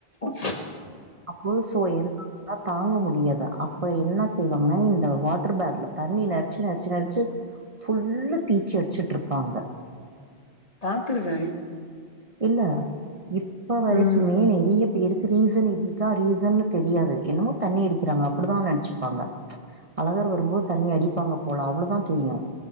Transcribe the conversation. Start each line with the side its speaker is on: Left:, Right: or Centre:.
Left: ஆஹ
Right: அப்போ சோ என் லா தாங்க முடியாது அப்ப என்ன செய்வாங்கனா இந்த வாட்டர் பேக்ல தண்ணி நெரச்சு நெரச்சு நெரச்சு ஃபுல்லூ பீச்சி அடிச்சிட்டு இருப்பாங்க
Left: பாத்துருக்கே
Right: இல்ல இப்ப வரைக்குமே
Left: ம்,
Right: நிறைய பேருக்கு ரீசன் இதுதா ரீசன் தெரியாது என்னமோ தண்ணி அடிக்கிறாங்க அப்டிதா நெனச்சுப்பாங்க அழகர் வரும்போது தண்ணி அடிப்பாங்க போல அவ்ளதா தெரியு